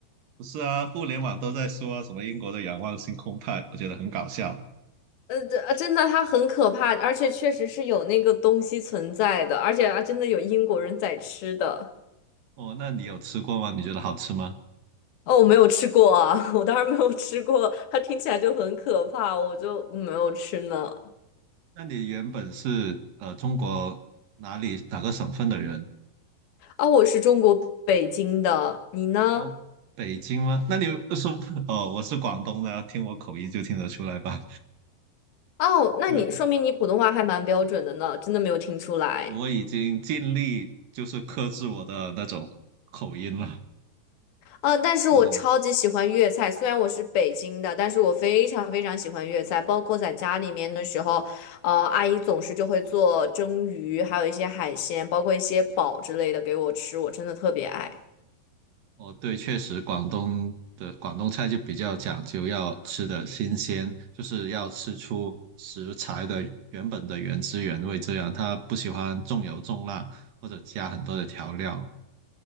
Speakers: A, on the right; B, on the left.
A: 不是啊，互联网都在说啊什么英国的仰望星空派，我觉得很搞笑。
B: 呃，这啊真的它很可怕，而且确实是有那个东西存在的，而且啊，真的有英国人在吃的。
A: 哦，那你有吃过吗？你觉得好吃吗？
B: 哦，我没有吃过啊，<laughs> 我当然没有吃过，它听起来就很可怕，我就没有吃呢。
A: 那你原本是呃中国哪里哪个省份的人？
B: 啊，我是中国北京的，你呢？
A: 哦，北京吗？那你说 <laughs> 哦，我是广东的啊，听我口音就听得出来吧。
B: 哦，那你说明你普通话还蛮标准的呢，
A: 对，
B: 真的没有听出来。
A: 我已经尽力就是克制我的那种口音了。
B: 啊，但是我超级喜欢粤菜，
A: 我的，
B: 虽然我是北京的，但是我非常非常喜欢粤菜，包括在家里面的时候，呃，阿姨总是就会做蒸鱼，还有一些海鲜，包括一些煲之类的给我吃，我真的特别爱。
A: 哦，对，确实广东的广东菜就比较讲究要吃的新鲜，就是要吃出食材的原本的原汁原味，这样他不喜欢重油重辣或者加很多的调料。